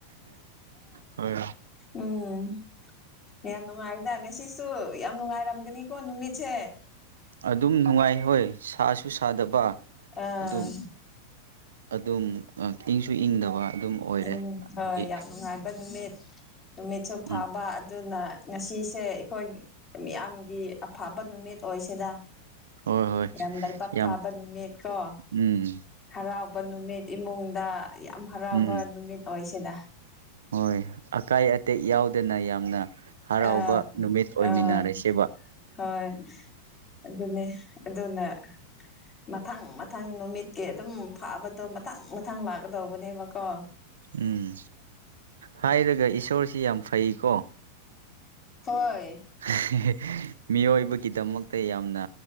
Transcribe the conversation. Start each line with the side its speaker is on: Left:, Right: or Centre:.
Right: ꯍꯣꯏ
Left: ꯎꯝ ꯌꯥꯝ ꯅꯨꯡꯉꯥꯏꯗ ꯉꯁꯤ ꯁꯨ ꯌꯥꯝ ꯅꯨꯡꯉꯥꯏꯔꯝꯒꯅꯤꯀꯣ ꯅꯨꯃꯤꯠꯁꯦ
Right: ꯑꯗꯨꯝ ꯅꯨꯡꯉꯥꯏ ꯍꯣꯏ ꯁꯥꯁꯨ ꯁꯥꯗꯕ
Left: ꯑꯥ
Right: ꯑꯗꯨꯝ ꯑꯗꯨꯝ ꯏꯪꯁꯨ ꯏꯪꯗꯕ ꯑꯗꯨꯝ ꯑꯣꯏꯔꯦ
Left: ꯎꯝ ꯍꯣꯏ
Right: ꯍꯥꯏꯗꯤ
Left: ꯌꯥꯝ ꯅꯨꯡꯉꯥꯏꯕ ꯅꯨꯃꯤꯠ ꯅꯨꯃꯤꯠꯁꯨ ꯐꯕ
Right: ꯎꯝ
Left: ꯑꯗꯨꯅ ꯉꯁꯤꯁꯦ ꯑꯩꯈꯣꯏ ꯃꯤꯌꯥꯝꯒꯤ ꯑꯐꯕ ꯅꯨꯃꯤꯠ ꯑꯣꯏꯁꯤꯗ
Right: ꯍꯣꯏ ꯍꯣꯏ
Left: ꯌꯥꯝ ꯂꯩꯕꯥꯛ
Right: ꯌꯥꯝ
Left: ꯐꯥꯕ ꯅꯨꯃꯤꯠ ꯀꯣ
Right: ꯎꯝ
Left: ꯍꯔꯥꯎꯕ ꯅꯨꯃꯤꯠ ꯏꯃꯨꯡꯗ ꯌꯥꯝ ꯍꯔꯥꯎꯕ
Right: ꯎꯝ
Left: ꯅꯨꯃꯤꯠ ꯑꯣꯏꯁꯤꯗ
Right: ꯍꯣꯏ ꯑꯀꯥꯏ ꯑꯇꯦꯛ ꯌꯥꯎꯗꯅ ꯌꯥꯝꯅ ꯍꯔꯥꯎꯕ
Left: ꯑ
Right: ꯅꯨꯃꯤꯠ ꯑꯣꯏꯃꯤꯟꯅꯔꯁꯦꯕ
Left: ꯑꯥ ꯍꯣꯏ ꯑꯗꯨ ꯑꯗꯨꯗꯣꯟꯅ ꯃꯊꯪ ꯃꯊꯪ ꯅꯨꯃꯤꯠꯀꯤ ꯑꯗꯨꯝ ꯐꯥꯕꯗꯣ ꯃꯊꯪ ꯃꯊꯪ ꯂꯥꯛꯀꯗꯧꯕꯅꯦꯕꯀꯣ
Right: ꯎꯝ ꯍꯥꯏꯔꯒ ꯏꯁꯣꯔꯁꯤ ꯌꯥꯝ ꯐꯩꯀꯣ
Left: ꯍꯣꯏ
Right: <unintelligible> ꯃꯤꯑꯣꯏꯕꯒꯤꯗꯃꯛꯇ ꯌꯥꯝꯅ